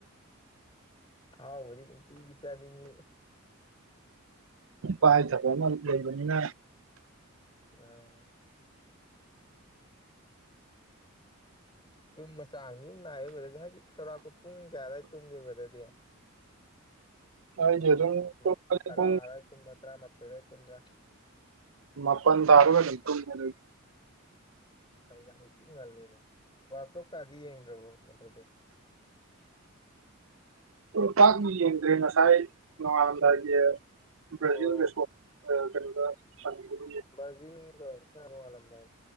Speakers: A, on the left (about 20°); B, on the right (about 70°).
A: ꯑꯥꯍꯥꯎꯕꯗꯤ ꯅꯨꯡꯇꯤꯒꯤ ꯆꯥꯅꯤꯡꯏ
B: ꯄꯥꯏ ꯗꯕ ꯑꯃ ꯂꯩꯕꯅꯤꯅꯥ
A: ꯑ ꯇꯨꯝꯕ ꯆꯥꯡꯅꯤ ꯌꯨꯝ ꯅꯥꯏꯌꯦ ꯕꯗꯗꯤ ꯍꯥꯏꯗꯤ ꯆꯥꯎꯧꯔꯥꯛꯄ ꯄꯨꯡ ꯀꯌꯥ ꯑꯋꯥꯏꯗ ꯇꯨꯝꯒꯦ ꯕꯔꯗꯗꯤ
B: ꯑꯩꯗꯤ
A: ꯄꯨꯡ
B: ꯑꯗꯨꯝ
A: ꯃꯥ
B: ꯇꯨꯝꯕꯗꯤ
A: ꯇꯔꯥ
B: ꯄꯨꯡ
A: ꯑꯔꯥꯏ ꯇꯨꯝꯕ ꯇꯔꯥꯃꯥꯊꯣꯏ ꯔꯥꯏ ꯇꯨꯝꯕꯔ꯭
B: ꯃꯥꯄꯟ ꯇꯥꯕꯒ ꯗꯨꯝ ꯇꯨꯝꯃꯦꯗꯥ ꯑꯩ
A: ꯑꯩ ꯌꯥꯝ ꯇꯤꯡ ꯉꯜꯂꯦꯅꯦ ꯋꯥꯜ ꯀꯞ ꯀꯥꯗꯤ ꯌꯦꯡꯗ꯭ꯔꯕꯣ ꯑꯗꯨꯗꯤ
B: ꯑꯣ ꯇꯥꯛꯅ ꯌꯦꯡꯗ꯭ꯔꯦ ꯉꯁꯥꯏ ꯅꯣꯡꯉꯥꯜꯂꯝꯗꯥꯏꯒꯤ ꯕꯔ꯭ꯖꯤꯜꯒ
A: ꯑꯣ
B: ꯁꯣ ꯑ ꯀꯅꯣꯒ ꯁꯥꯅꯒꯤꯕ
A: ꯕꯔ꯭ꯖꯤꯟꯒ ꯁꯥꯏ ꯅꯨꯡꯉꯥꯂꯝꯗꯥꯏ